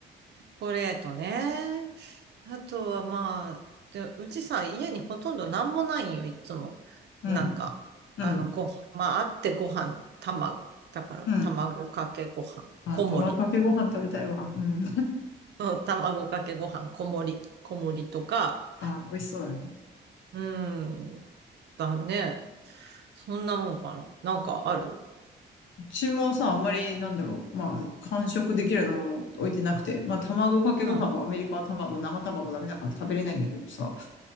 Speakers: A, on the right (about 60°); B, on the left (about 75°).
A: コレートね。あとはまあ、でうちさ、家にほとんどなんもないんよ、いつも。
B: うん。
A: なんか、
B: うん。
A: あの、ご飯、まあ、あってご飯、卵。だから、
B: うん。
A: 卵かけご飯、
B: まあ、
A: 小盛り。
B: 卵かけご飯食べたいわ。うん。
A: うん卵かけご飯、小盛り、小盛りとか、
B: あ、美味しそうだね。
A: うん、うんだね。そんなもんかな。なんかある
B: うちもさ、あんまり、なんだろう。まあ、完食できるようなもの置いてなくて。まあ、卵かけご飯はアメリカは卵、
A: うん。
B: 生卵ダメだから食べれないんだけどさ。